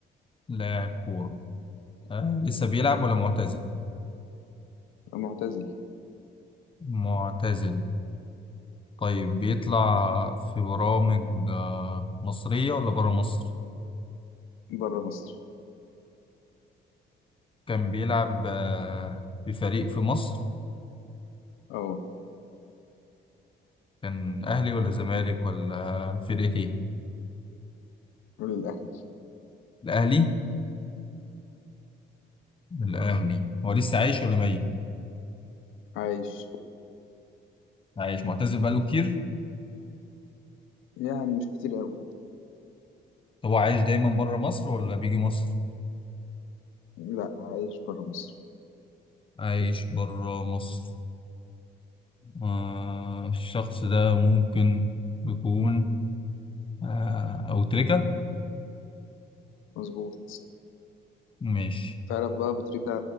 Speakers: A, on the left; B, on the left.
A: لاعب كورة آه، لسه بيلعب ولا معتزل؟
B: معتزل
A: معتزل طيب بيطلع في برامج آه، مصرية ولا برا مصر؟
B: بره مصر
A: كان بيلعب آه، في فريق في مصر
B: اه
A: كان أهلي ولا زمالك ولا فرقة إيه؟
B: الاهلي
A: الأهلي الأهلي هو لسه عايش ولا ميت؟
B: عايش
A: عايش معتزل بقاله كتير
B: يعني مش كتير قوي
A: طب هو عايش دايما بره مصر ولا بيجي مصر؟
B: لا عايش برا مصر
A: عايش بره مصر آه الشخص ده ممكن يكون آه أو تركة
B: مظبوط
A: ماشي
B: تعرف بقى أبو تريكة